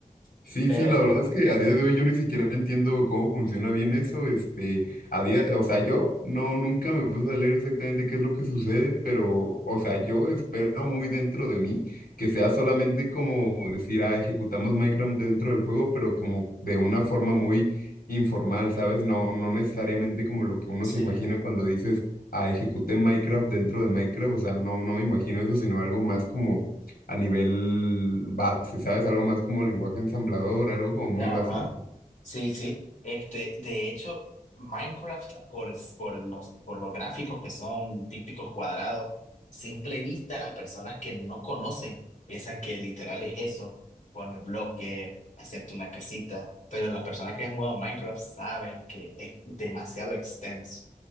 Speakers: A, on the left (about 80°); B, on the left (about 55°).
A: Sí,
B: Pero,
A: sí, la verdad es que a día de hoy yo ni siquiera entiendo cómo funciona bien eso, este, a día, o sea, yo no, nunca me puse a leer exactamente qué es lo que sucede, pero, o sea, yo espero muy dentro de mí que sea solamente como decir, ah, ejecutamos Minecraft dentro del juego, pero como de una forma muy informal, ¿sabes? No, no necesariamente como lo que uno
B: sí.
A: se imagina cuando dices, ah, ejecuté Minecraft dentro de Minecraft, o sea, no, no me imagino eso, sino algo más como a nivel base, ¿sabes? Algo más como lenguaje ensamblador, algo como muy
B: Ajá.
A: básico.
B: Sí, sí. Este, de hecho, Minecraft, por, es- por los, por los gráficos que son típicos cuadrados, simple vista, las personas que no conocen piensan que literal es eso, poner bloque, hacerte una casita, pero las personas que han jugado Minecraft saben que es demasiado extenso.